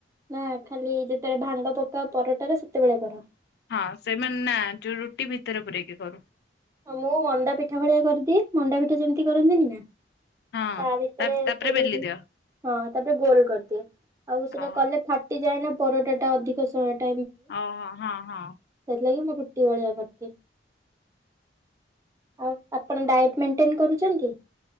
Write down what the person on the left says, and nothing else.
ହଁ ସେମାନେ ନା ଯୋଉ ରୁଟି ଭିତ୍ ଭିତରେ ପୁରେଇକି କରୁ।
ହଁ
ତାପରେ
ବେଲି
ଦିଅ
ଓ
ହଉ ହଁ ହଁ ହଁ।